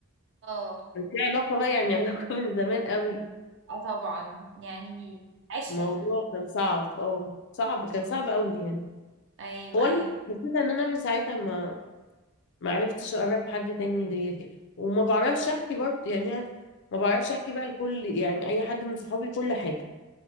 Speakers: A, on the right (about 55°); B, on the left (about 55°).
A: اه
B: بس دي علاقة بقى يعني <laughs> علاقة من زمان قوي
A: اه طبعا يعني عشرة
B: فموضوع كان صعب اه صعب كان صعب قوي يعني
A: ايوه
B: هو انا
A: ايوه
B: حسيت ان انا من ساعتها ما ما عرفتش اقرب حد تاني ليا كده وما بعرفش احكي برضه يعني أنا ما بعرفش احكي بقى لكل يعني اي حد من صحابي كل حاجه